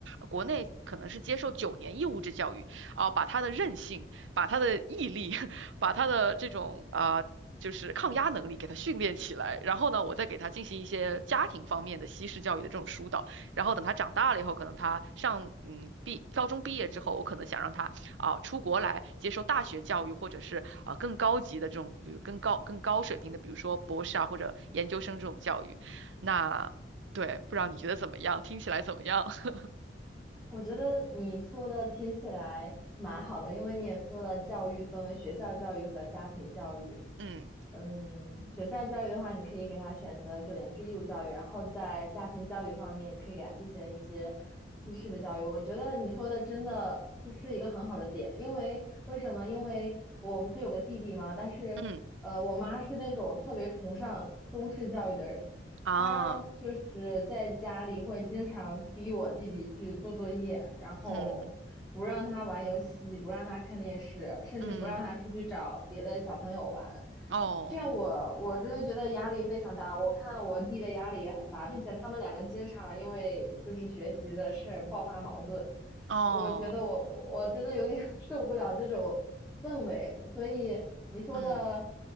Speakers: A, on the right; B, in the centre.
A: 国内可能是接受九年义务制教育啊，把他的韧性、把他的毅力、<laughs> 把他的这种啊、就是抗压能力给他训练起来，然后呢，我再给他进行一些家庭方面的西式教育的这种疏导。然后等他长大了以后，可能他上嗯毕高中毕业之后，我可能想让他啊、呃出国来接受大学教育，或者是啊、呃更高级的这种，比如更高更高水平的，比如说博士啊或者研究生这种教育。那对，不知道你觉得怎么样？听起来怎么样？<laughs>
B: 我觉得你说的听起来蛮好的，因为你也说了，教育分为学校教育和家庭教育。
A: 嗯
B: 嗯，学校教育的话，你可以给他选择九年制义务教育，然后在家庭教育方面，你可以给他进行一些西式的教育。我觉得你说的真的这是一个很好的点，因为为什么？因为我不是有个弟弟嘛，但是呃，
A: 嗯
B: 我妈是那种特别崇尚中式教育的人。
A: 啊
B: 他就是在家里会经常逼我弟弟去做作业，然后不让他玩游戏，
A: 嗯
B: 不让他看电视，甚至不让他出去找别的小朋友玩。
A: 嗯哦
B: 这样我我真的觉得压力非常大，我看我弟的压力也很大，并且他们两个经常因为就是学习的事儿爆发矛盾。
A: 哦
B: 我觉得我我真的有点 <laughs> 受不了这种氛围，所以你说的，
A: 嗯。